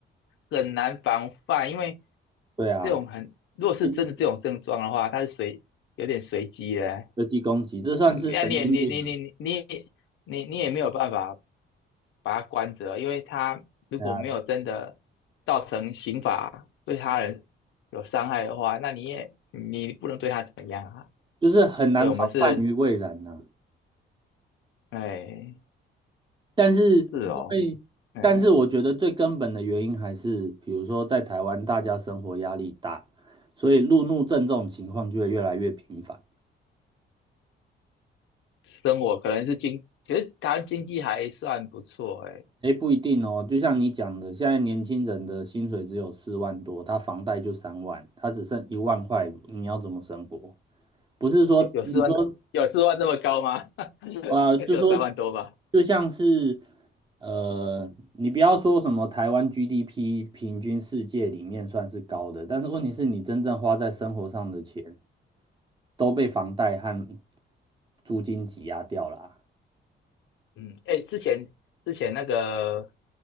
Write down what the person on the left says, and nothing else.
很难防范，因为
这种很，如果是真的这种症状的话，
它是随有点随机的。
嗯那你也你你你你你你也没有办法把它关着，因为他如果没有真的造成刑法对他人有伤害的话，
那你也你不能对他怎么样啊。
所以我们是哎。
是哦，哎，
生活可能是经，其是台湾经济还算不错，哎，
有有四万，有四万这么高吗？<laughs> 应该只有三万多吧。
嗯，哎，之前之前那个